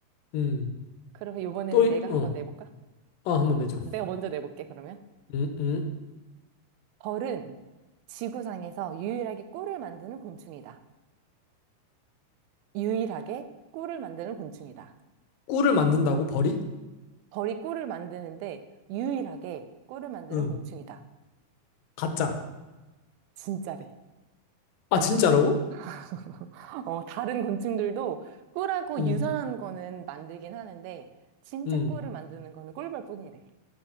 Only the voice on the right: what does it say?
그러면 이번에는
내가
한번 내볼까?
내가 먼저 내볼게, 그러면.
벌은 지구상에서 유일하게 꿀을 만드는 곤충이다. 유일하게 꿀을 만드는 곤충이다.
벌이 꿀을 만드는데 유일하게 꿀을 만드는
곤충이다.
진짜래.
<laughs> 어, 다른 곤충들도 꿀하고
유사한 거는 만들긴 하는데 진짜
꿀을 만드는 거는 꿀벌뿐이래.